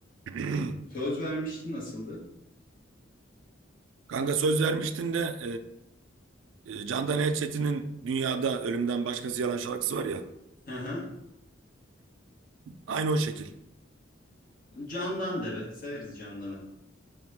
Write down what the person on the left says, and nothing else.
Söz vermiştin nasıldı?
Hı hı.
Candan de be. Severiz Candan'ı.